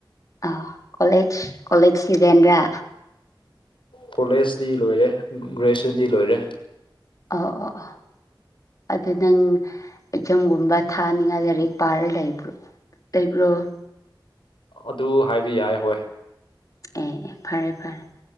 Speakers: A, on the left; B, on the left.
A: ꯑꫭ ꯀꯣꯂꯦꯖ ꯀꯣꯂꯦꯖꯒꯤ ꯔꯦꯟꯔ
B: ꯀꯣꯂꯦꯖꯇꯤ ꯂꯣꯏꯔꯦ ꯒ꯭ꯔꯦꯖ꯭ꯋꯦꯁꯟꯗꯤ ꯂꯣꯏꯔꯦ
A: ꯑꯣ ꯑꯣ ꯑꫭ ꯑꯗꯨ ꯅꯪ ꯑꯦꯛꯖꯥꯝꯒꯨꯝꯕ ꯊꯥꯅꯤꯡꯉꯥꯏ ꯂꯥꯏꯔꯤꯛ ꯄꯥꯔ ꯂꯩꯕ꯭ꯔꯣ
B: ꯑꯗꯨ ꯍꯥꯏꯕ ꯌꯥꯏ ꯍꯣꯏ
A: ꯑꯦ ꯑꯦ ꯐꯔꯦ ꯐꯔꯦ